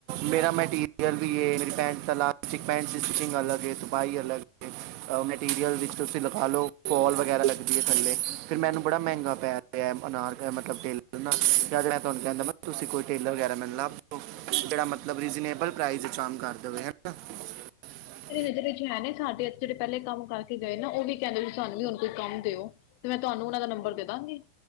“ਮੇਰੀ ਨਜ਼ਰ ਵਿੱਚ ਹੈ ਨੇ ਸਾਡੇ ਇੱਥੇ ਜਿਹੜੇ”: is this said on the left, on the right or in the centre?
Left